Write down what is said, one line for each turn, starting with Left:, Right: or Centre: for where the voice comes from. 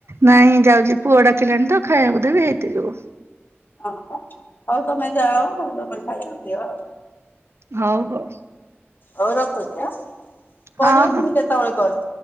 Right: ନାଇଁ ଯାଉଚି ପୁଅ ଡାକିଲାଣି ତ ଖାଇବାକୁ ଦେବି ହେଇତି ଯୋଗୁ।
Left: ଓହୋ ହଉ ତମେ ଯାଅ <unintelligible> ଖାଇବାକୁ ଦିଅ ଆଉ।
Right: ହଉ ହଉ
Left: ହଉ ରଖୁଚି ଆଁ କରିବ
Right: ହଁ ହଁ।
Left: ଫୁଣି କେତବେଳେ କଲ୍।